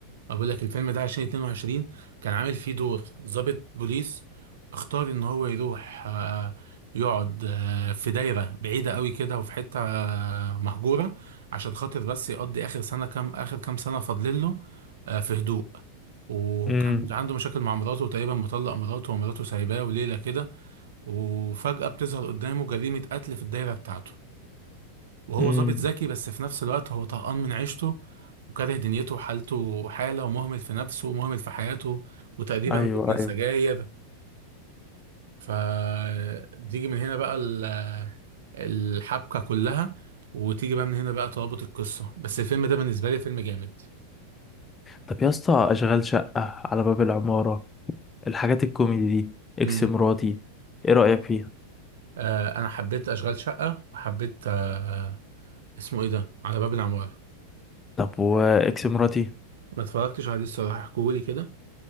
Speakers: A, on the right (about 60°); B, on the left (about 20°).
A: اقول لك الفيلم ده 2022 كان عامل فيه دور ضابط بوليس اختار ان هو يروح آه، يقعد آه، في دايرة بعيدة قوي كده وفي حتة آه، مهجورة عشان خاطر بس يقضي اخر سنة كام اخر كام سنة فاضلين له آه، في هدوء وكان
B: امم
A: عنده مشاكل مع مراته وتقريبا مطلق مراته ومراته سايباه وليلة كده وفجأة بتظهر قدامه جريمة قتل في الدايرة بتاعته وهو
B: امم
A: ظابط ذكي بس في نفس الوقت هو طهقان من عيشته وكاره دنيته وحالته حالة ومهمل في نفسه ومهمل في حياته وتقريبا
B: ايوه
A: مدمن سجاير
B: ايوه
A: فتيجي من هنا بقى ال- الحبكة كلها وتيجي بقى من هنا بقى ترابط القصة بس الفيلم ده بالنسبة لي فيلم جامد
B: طب يا اسطى اشغال شقة على باب العمارة الحاجات الكوميدي دي اكس
A: امم
B: مراتي ايه رأيك فيها
A: آه أنا حبيت أشغال شقة وحبيت آه اسمه إيه ده على باب العمارة
B: طب واكس مراتي
A: ما اتفرجتش عليه الصراحة احكولي كده